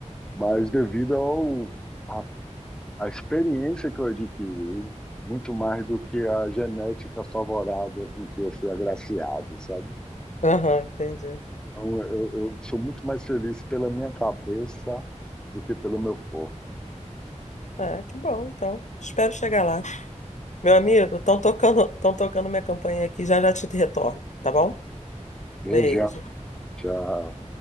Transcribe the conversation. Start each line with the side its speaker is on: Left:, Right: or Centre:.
Centre: mas devido ao, a, a experiência que eu adquiri, muito mais do que a genética favorável com que eu fui agraciado, sabe?
Left: Aham, entendi.
Centre: Então, eu, eu sou muito mais feliz pela minha cabeça do que pelo meu corpo.
Left: Ah, que bom, então. Espero chegar lá. Meu amigo, estão tocando, estão tocando minha campainha aqui, já já te retorno, tá bom?
Centre: Beijão.
Left: Beijo.
Centre: Tchau.